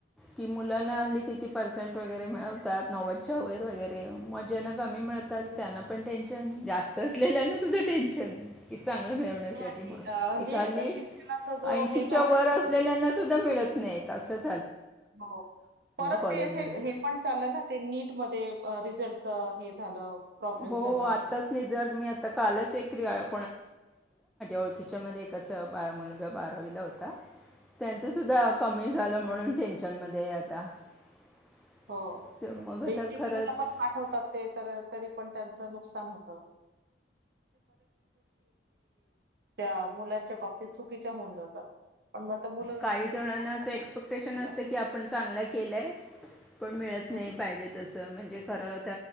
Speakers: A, in the centre; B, on the right.
A: कि मुलाना हल्ली किती पर्सेंट वगैरे मिळवतात नव्वदच्या वैर वगैरे मजेनक कमी मिळतात
B: हम्म
A: त्यांना पण टेनशन जास्त असलेल्याना सुद्धा टेन्शन. चांगलं मिळवण्यासाठी
B: आणि
A: म्हणून
B: अ, म्हणजे
A: एकखाली
B: शिक्षणाचा जो
A: ऐंशीच्या
B: हे झालाय
A: वर असलेल्यांना
B: ना म्हणजे
A: सुद्धा मिळत नाही तसंच
B: हो परत
A: कॉलेजमध्ये
B: का असे हे पण चाललं ना ते नीट मध्ये रिझल्टच हे झालं. प्रॉब्लेम
A: हो
B: झाला
A: हो आताच नि जर मी आता कालच एकरी आयो ओळखीच्या मध्ये एकाच मुलगा बारावीला होता. त्यांच सुद्धा कमी झालं म्हणून टेन्शन मध्ये आता <unintelligible>
B: हो
A: तर मग
B: बीटीटटी
A: आता खरंच
B: कलला पण पाठवतात ते तर पण त्यांचं नुकसान होत. त्या मुलाच्या बाबतीत अशा बऱ्याच गोष्टी चुकीच्या होऊन जातात. पण मग आता मुलं
A: काही
B: पण
A: जणांना
B: काय
A: असं
B: करतात
A: एक्सपेक्टेशन
B: तिला
A: असत. की आपण चांगलं केलंय. पाहिजेत पण मिळत
B: हं.
A: नाही. खरं